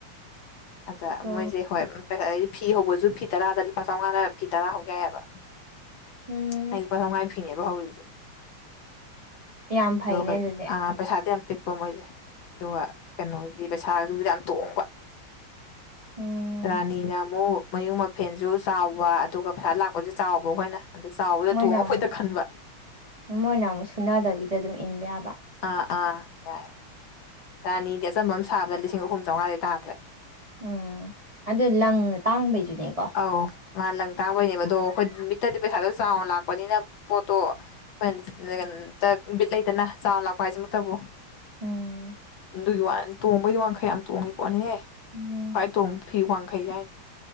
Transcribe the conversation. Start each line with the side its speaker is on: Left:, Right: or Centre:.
Left: ꯑꯗ
Right: ꯇꯣꯡꯉꯣ
Left: ꯃꯣꯏꯖꯦ ꯍꯣꯏ ꯑꯗꯒꯤ ꯐꯤ ꯍꯧꯕꯖꯨ ꯐꯤ ꯇꯔꯥꯗ ꯂꯨꯄꯥ ꯆꯧꯉꯥꯅ ꯐꯤ ꯇꯔꯥ ꯍꯧ ꯌꯥꯏꯑꯕ
Right: ꯎꯝ
Left: ꯑꯩ ꯂꯨꯄꯥ ꯆꯧꯉꯥꯏ ꯐꯤꯅꯦꯕ ꯍꯧꯔꯤꯖꯦ
Right: ꯌꯥꯝ ꯐꯩꯅꯦ
Left: ꯑꯗꯨꯒ
Right: ꯑꯗꯨꯗꯤ
Left: ꯑꯥ ꯄꯩꯁꯥꯗꯤ ꯌꯥꯝ ꯄꯤꯛꯄ ꯃꯣꯏꯖꯦ ꯑꯗꯨꯒ ꯀꯩꯅꯣꯗꯤ ꯄꯩꯁꯥꯖꯤꯕꯨꯗꯤ ꯌꯥꯝ ꯇꯣꯡꯕ
Right: ꯎꯝ
Left: ꯔꯥꯅꯤꯅ ꯑꯃꯨꯛ ꯃꯌꯨꯡ ꯃꯥ ꯐꯦꯟꯖꯨ ꯆꯥꯎꯕ ꯑꯗꯨꯒ ꯄꯩꯁꯥ ꯂꯥꯛꯄꯖꯨ ꯆꯥꯎꯕ ꯑꯩꯈꯣꯏꯅ ꯑꯗ ꯆꯥꯎꯕꯗ
Right: ꯃꯣꯏꯅ
Left: ꯇꯣꯡꯉ
Right: ꯑꯃꯨꯛ
Left: ꯐꯣꯏꯇꯥ ꯈꯟꯕ
Right: ꯃꯣꯏꯅ ꯑꯃꯨꯛ ꯁꯨꯅꯗꯕꯤꯗ ꯑꯗꯨꯝ ꯏꯟꯕ ꯌꯥꯕ
Left: ꯑ ꯑꯥ ꯌꯥꯏ ꯔꯥꯅꯤꯗꯤ ꯑꯆꯝꯕ ꯑꯃ ꯁꯥꯕꯗ ꯂꯤꯁꯤꯡ ꯑꯍꯨꯝ ꯆꯧꯉꯥꯗꯩ ꯇꯥꯗ꯭ꯔꯦ
Right: ꯎꯝ ꯑꯗꯨ ꯂꯪ ꯇꯥꯡꯕꯩꯖꯨꯅꯤꯀꯣ
Left: ꯑꯧ ꯉꯍꯥꯟ ꯂꯪ ꯇꯥꯡꯕꯩꯅꯦꯕ ꯑꯗꯣ ꯑꯩꯈꯣꯏ ꯃꯤꯠꯇꯗꯤ ꯄꯩꯁꯥꯗꯣ ꯆꯥꯎꯅ ꯂꯥꯛꯄꯅꯤꯅ ꯄꯣꯠꯇꯣ <unintelligible> ꯕꯤꯠ ꯂꯩꯇꯅ ꯆꯥꯎꯅ ꯂꯥꯛꯄ ꯍꯥꯏꯖꯤꯃꯛꯇꯕꯨ
Right: ꯎꯝ
Left: ꯑꯗꯨꯒꯤ ꯋꯥ ꯇꯣꯡꯕꯩꯗꯤ ꯋꯥꯡꯈꯩ ꯌꯥꯝ ꯇꯣꯡꯉꯤ ꯄꯣꯠꯅꯤꯍꯦ
Right: ꯎꯝ
Left: ꯈ꯭ꯋꯥꯏ ꯇꯣꯡꯕ ꯐꯤ ꯋꯥꯡꯈꯩ ꯍꯥꯏꯅꯤ